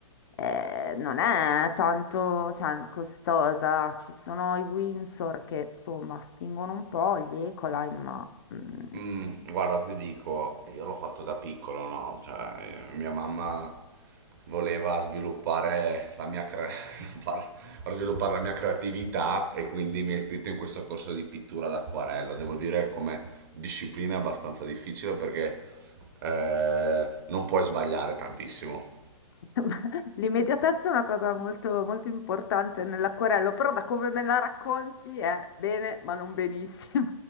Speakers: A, on the left; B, on the right.
A: eh, non è tanto, cioè, costosa. Ci sono i Windsor che, insomma, spingono un po', gli Ecoline, ma... mm,
B: Mm, guarda, ti dico, io l'ho fatto da piccolo, no? Cioè, eh, mia mamma voleva sviluppare la mia, cre- <laughs> far- far sviluppare la mia creatività e quindi mi ha iscritto in questo corso di pittura d'acquarello. Devo dire come disciplina abbastanza difficile perché eh, non puoi sbagliare tantissimo.
A: <laughs> L'immediatezza è una cosa molto, molto importante nell'acquerello, però da come me la racconti è bene, ma non benissimo.